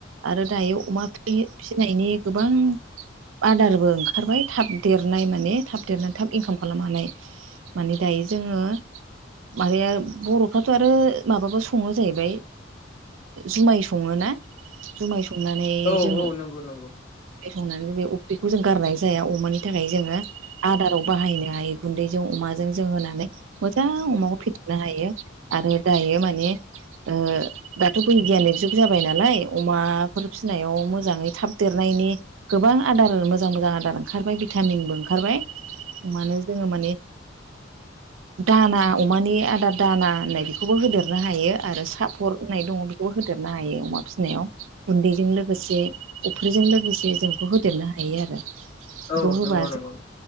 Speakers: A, on the right; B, on the left.
A: आरो दायो अमा फिसिनायनि गोबां आदारबो ओंखारबाय थाब देरनाय माने थाब देरनानै थाब इनकाम खालाम हानाय। माने दायो जोङो माबाया बर'फ्राथ' आरो माबाबो सङो जाहैबाय जुमाय सङो ना। जुमाय संनानै
B: औ
A: जोङो
B: नंगौ नंगौ
A: संनानै बे अफ्रिखौ जों गारनाय जाया अमानि थाखाय जोङो आदाराव बाहायनो हायो गुन्दैजों अमाजों जों होनानै मोजां अमाखौ फेदेरनो हायो आरो दायो माने ओ दाथ' बैगियानिक जुग जाबाय नालाय अमाफोर फिसिनायाव मोजाङै थाब देरनायनि गोबां आदार मोजां मोजां आदार ओंखारबाय भिटामिनबो ओंखारबाय अमानो जोङो माने दाना अमानि आदार दाना होननाय बिखौ बेखौबो होदेरनो हायो आरो साफर होननाय दङ बेखौबो होदेरनो हायो अमा फिसिनायाव गुन्दैजों लोगोसे अफ्रिजों लोगोसे जोंखौ होदेरनो हायो आरो।
B: औ नंगौ
A: <unintelligible>
B: नंगौ